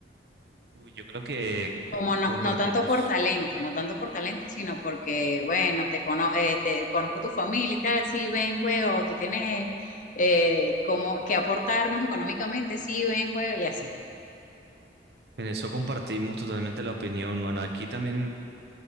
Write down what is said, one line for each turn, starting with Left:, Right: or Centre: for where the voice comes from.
Right: Uy, yo creo que
Left: Como no,
Right: compartimos,
Left: no tanto por talento, no tanto por talento, sino porque, bueno, te, cono eh, te conozco tu familia y tal, sí, ven, juega, o tú tienes eh, como que aportarnos económicamente, sí, ven, juega y así.
Right: en eso compartimos totalmente la opinión. Bueno, aquí también